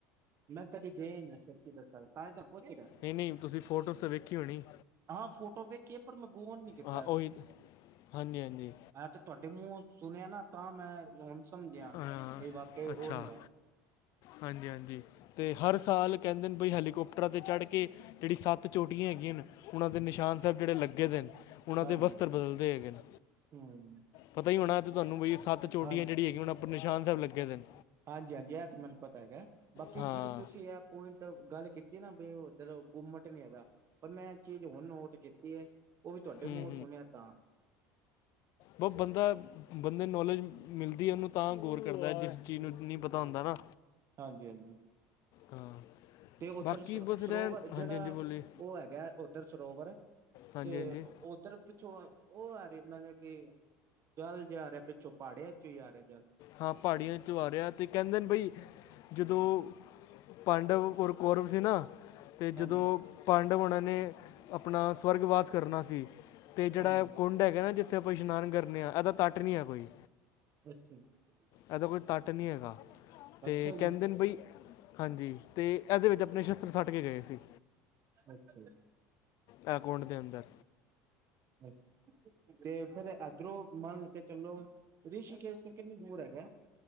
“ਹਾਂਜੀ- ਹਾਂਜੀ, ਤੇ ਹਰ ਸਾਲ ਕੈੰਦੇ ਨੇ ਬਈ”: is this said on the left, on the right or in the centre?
Left